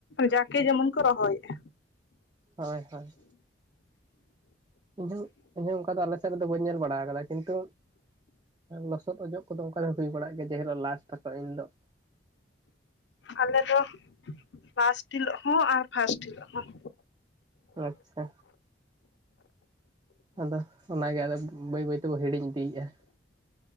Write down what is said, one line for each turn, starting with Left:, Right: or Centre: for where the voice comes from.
Left: ᱡᱟᱠᱮ ᱡᱮᱢᱚᱱ ᱠᱚ ᱨᱚᱦᱚᱭᱟ
Right: ᱦᱚᱭ ᱦᱚᱭ ᱤᱧᱦᱩ ᱤᱧᱦᱩ ᱚᱱᱠᱟ ᱫᱚ ᱟᱞᱮᱥᱮᱫ ᱨᱮᱫᱚ ᱵᱟᱹᱧ ᱧᱮᱞ ᱵᱟᱲᱟ ᱟᱠᱟᱫᱟ ᱠᱤᱱᱛᱩᱼᱼ ᱞᱚᱥᱚᱫ ᱚᱡᱚᱜ ᱠᱚᱫᱚ ᱚᱱᱠᱟ ᱫᱚ ᱦᱩᱭ ᱵᱟᱲᱟᱜ ᱜᱮᱭᱟ ᱡᱮ ᱦᱤᱞᱚᱜ ᱞᱟᱥᱴ ᱛᱟᱠᱚ ᱤᱱ ᱦᱤᱞᱚᱜ᱾
Left: ᱟᱞᱮ ᱫᱚ ᱞᱟᱥᱴ ᱦᱤᱞᱚᱜ ᱦᱚᱸ ᱟᱨ ᱯᱷᱟᱥᱴ ᱦᱤᱞᱚᱜ ᱦᱚᱸ
Right: ᱟᱪᱪᱷᱟ᱾ ᱟᱫᱚ ᱚᱱᱟᱜᱮ ᱟᱫᱚ ᱵᱟᱹᱭ ᱵᱟᱹᱭ ᱛᱮᱵᱚ ᱦᱤᱲᱤᱧ ᱤᱫᱤᱭᱮᱫᱼᱟ ᱾